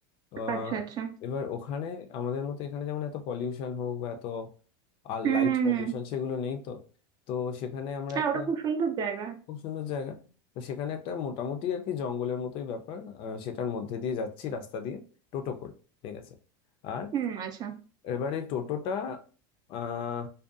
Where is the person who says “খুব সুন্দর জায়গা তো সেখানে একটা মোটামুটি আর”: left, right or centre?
Left